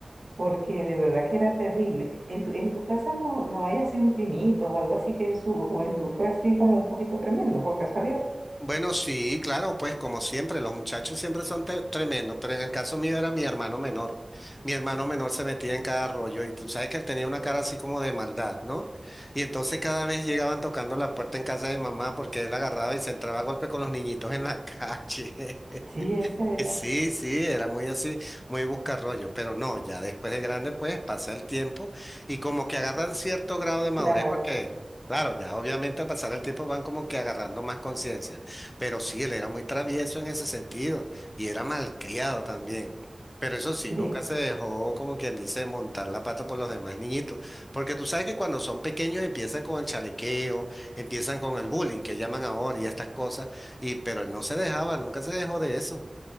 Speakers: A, on the right (about 80°); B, on the left (about 25°).
A: porque de verdad que era terrible. En tu, en tu casa no, no hay así un primito o algo así que en su juventud fue así como un poquito tremendo, por casualidad.
B: Bueno, sí, claro, pues como siempre, los muchachos siempre son te- tremendos, pero en el caso mío era mi hermano menor. Mi hermano menor se metía en cada rollo y tú sabes que él tenía una cara así como de maldad, ¿no? Y entonces cada vez llegaban tocando la puerta en casa de mamá porque él agarraba y se entraba a golpe con los niñitos en la <laughs> calle.
A: Sí, en serio.
B: <laughs> Sí, sí, era muy así, muy buscarrollo, pero no, ya después de grande, pues pasa el tiempo y como que agarran cierto grado de madurez,
A: Claro,
B: porque, claro, ya obviamente al pasar el tiempo van como que agarrando más conciencia, pero sí, él era muy travieso en ese sentido y era malcriado también. Pero eso sí,
A: mi-
B: nunca se dejó, como quien dice, montar la pata por los demás niñitos, porque tú sabes que cuando son pequeños empiezan con el chalequeo, empiezan con el bullying que llaman ahora y estas cosas, y pero él no se dejaba, nunca se dejó de eso.